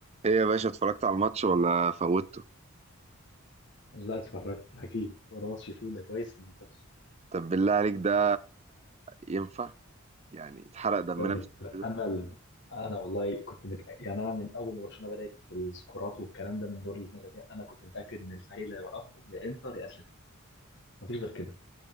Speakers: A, on the right; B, on the left.
A: ايه يا باشا اتفرجت على الماتش ولا فوتته؟
B: لا اتفرجت اكيد وده ماتش فوت ده كويس انه ما فاتش
A: طب بالله عليك ده ينفع؟ يعني اتحرق دمنا
B: ده بال-
A: بالشكل ده
B: انا ال... انا والله كنت مت... يعني انا من اول ما برشلونه بدات في السكورات والكلام ده من دور ال 32 انا كنت متاكد ان الفريق اللي هيوقفهم يا انتر يا اتلتيكو مفيش غير كده